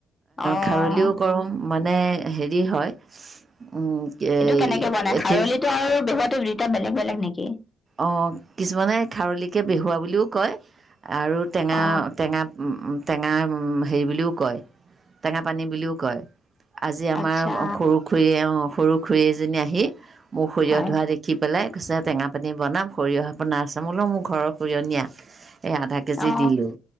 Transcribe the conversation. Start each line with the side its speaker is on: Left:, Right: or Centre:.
Left: অ'।
Right: খাৰলিও কৰোঁ মানে হেৰি হয়। উম এই
Left: এইটো কেনেকে বনাই
Right: এইখিনি
Left: খাৰলিটো আৰু বেহত দুইটা, বেলেগ বেলেগ নেকি?
Right: অ', কিছুমানে খাৰলিকে বেহুৱা বুলিও কয়। আৰু টেঙা,
Left: অ
Right: টেঙা, উম, উম টেঙা হেৰি বুলিও কয়, টেঙা পানী বুলিও কয়। আজি আমাৰ
Left: আচ্ছা
Right: সৰু খুৰীয়ে সৰু খুৰী এজনী আহি মোক সৰিয়হ
Left: হয়
Right: ধোৱা দেখি পেলাই কচে তেঙা আপুনি বনাম সৰিয়হ আপোনাৰ চামোলও মোৰ ঘৰৰ সৰিয়হ নীয়া। এই আধা কেজি
Left: অ
Right: দিলোঁ